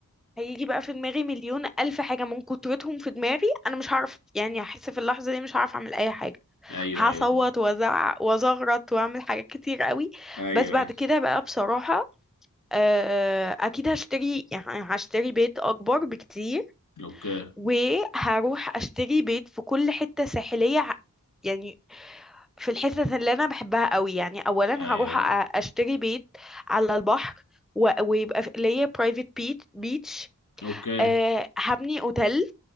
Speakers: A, in the centre; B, on the left (about 65°).
A: هيجي بقى في دماغي مليون الف حاجه من كترتهم في دماغي انا مش هعرف يعني هحس في اللحظه دي مش هعرف اعمل اي حاجه
B: ايوه
A: هصوت
B: ايوه فاهم.
A: وازعق وازغرط واعمل حاجات كتير قوي
B: ايوه
A: بس بعد
B: ايوه
A: كده بقى بصراحة آه، اكيد هشتري يعني هشتري بيت اكبر بكتير
B: اوكي
A: وهروح اشتري بيت في كل حتة ساحلية ع- يعني في الحتت اللي انا بحبها قوي يعني اولا
B: ايوه
A: هروح
B: ايوه
A: أ- اشتري بيت على البحر و- ويبقى في- ليا برايفت بيتش
B: اوكي
A: أه هبني اوتيل